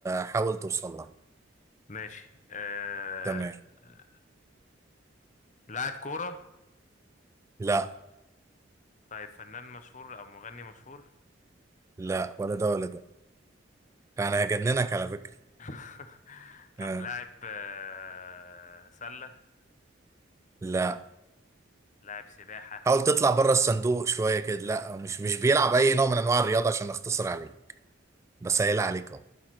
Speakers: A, on the right; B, on the left.
A: حاول توصل لها
B: ماشي آه...
A: تمام
B: آه، لاعب كورة
A: لا
B: طيب فنان مشهور أو مغني مشهور
A: لا ولا ده ولا ده انا هجننك على فكرة
B: <laughs> طب
A: آه،
B: لاعب آه، سلة
A: لا
B: لاعب سباحة
A: حاول تطلع بره الصندوق شوية كده لا مش مش بيلعب اي نوع من انواع الرياضة عشان اختصر عليك بسهل عليك اهو